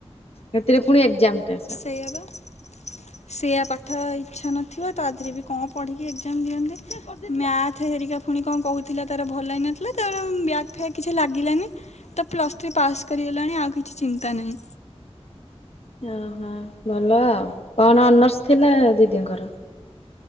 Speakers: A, on the left; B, on the left.
A: ସେଥିରେ ପୁଣି ଏକ୍ଜାମ ଟେନସନ୍।
B: ସେଇଆ ପା। <unintelligible> ସେଇଆ ପାଠ ଇଚ୍ଛା ନଥିବ ତା ଦେହରେ ବି କଣ ପଢ଼ିକି ଏକ୍ଜାମ ଦିଅନ୍ତି ମ୍ୟାଥ ହେରିକା ପୁଣି କଣ କହୁଥିଲା ତାର ଭଲ ହେଇନଥିଲା ତାର ବ୍ୟାଗ୍ ଫ୍ୟାଗ୍ କିଛି ଲାଗିଲାନି? ତ ପ୍ଲସ୍ ଥ୍ରୀ ପାସ୍ କରିଗଲାଣି ଆଉ କିଛି ଚିନ୍ତା ନାହିଁ।
A: ଅ ହଭଲ ଆଉ କଣ ଅନର୍ସ ଥିଲା ଦିଦିଙ୍କର?